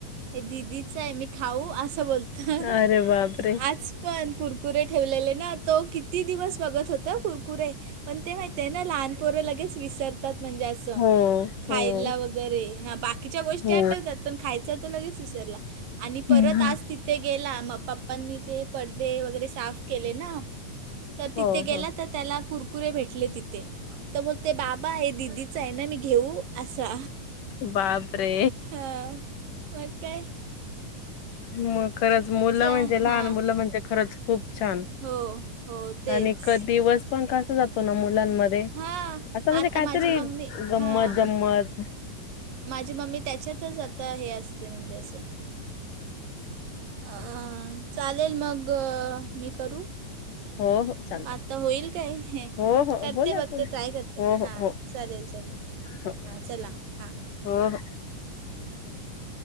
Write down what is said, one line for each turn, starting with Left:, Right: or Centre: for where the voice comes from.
Right: हे दिदीच मी खाऊ, आसं बोलतो,
Left: अरे बापरे!
Right: आज पण कुरकु. कुरे ठेवलेले ना, तो किती दिवस बघत होता हं कुरकुरे. पण ते माहितीये ना लहानपोरं लगेच विसर्. तात म्हणजे असं,
Left: हो,
Right: खायला
Left: हो.
Right: वगैरे हा बाकीच्या गोष्टी
Left: हो.
Right: आठवतात पण खायचा तो लगेच विसरला, आणि परत
Left: हं, हं.
Right: आज. तिथे गेला, मग पप्पांनी ते पडदे वगैरे साफ केले ना, तर तिथे
Left: हो,
Right: गेला
Left: हो.
Right: तर. त्याला कुरकुरे भेटले तिथे,, तर बोलते बाबा हे दिदी <unintelligible> ना मी घेऊ असा.
Left: बाप रे.
Right: हां मग काय.
Left: मग खरंच मुलं
Right: च
Left: म्हणजे
Right: हां
Left: लहान मुलं म्हणजे खरंच खूप छान.
Right: हो हो. तेच
Left: आणि क दिवस पण कसा जातो ना मुलांमध्ये.
Right: हां,
Left: असं म्हणजे
Right: आता
Left: काय
Right: माझी
Left: तरी
Right: मम्मी
Left: गंमत
Right: हां, म-
Left: जंमत.
Right: माझी मम्मी त्याच्यातच आता हे असते म्हणजे अस. अं चालेल मग मी करू.
Left: हो, हो चालतं.
Right: आता होईल काय हे.
Left: हो, हो.
Right: करते
Left: बोला,
Right: बघते
Left: बोला.
Right: ट्राय करते
Left: हो, हो,
Right: हां
Left: हो,
Right: चालेल चालेल
Left: हो,
Right: हां चला. हां
Left: हो हो.
Right: <unintelligible>